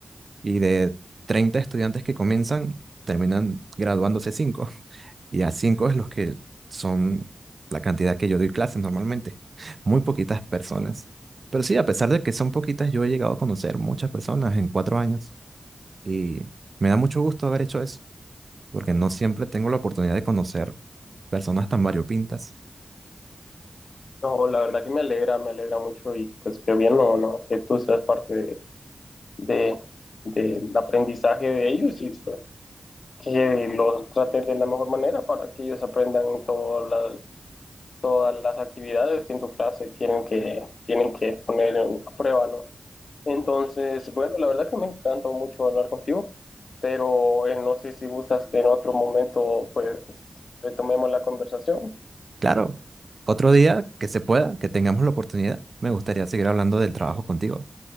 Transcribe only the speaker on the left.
No, la verdad que me alegra, me alegra mucho y pues qué bien, no, no, que tú seas parte de, de- del aprendizaje de ellos y pues, que los trates de la mejor manera para que ellos aprendan todas las, todas las actividades que en tu clase tienen que, tienen que poner en a prueba, ¿no? Entonces, bueno, la verdad que me encantó mucho hablar contigo, pero eh, no sé si gustas que en otro momento pues retomemos la conversación.